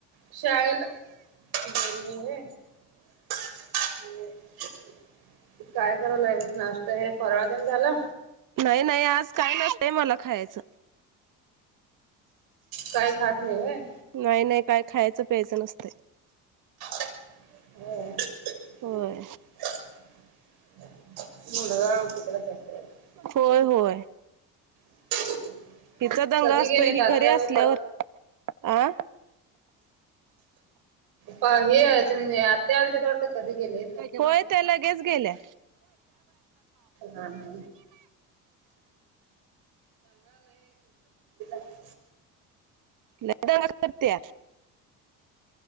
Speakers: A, on the right; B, on the right.
A: शाळेला <unintelligible> काय करायलाएस? नाश्ता हे फराळ तेन झाला?
B: नाही नाही. आज काही नसतेय मला खायाचं.
A: काय खात नाहीय व्हय?
B: नाही नाही. काय खायचं प्यायचं नसतय.
A: व्हय. <unintelligible>
B: होय
A: मुलगा म तिकडेच <unintelligible>
B: होय. होय.
A: <unintelligible>
B: तिचा दंगा
A: कधी
B: असतोय
A: गेलेत
B: कि
A: आत्या
B: घरी असल्यावर.
A: व्हय
B: आं?
A: पा हे आहे ते म्हणजे, आत्या आले होते <unintelligible> कधी गेले?
B: होय त्या लगेच गेल्या.
A: हा हा. <unintelligible>
B: लई दंगा करतिया.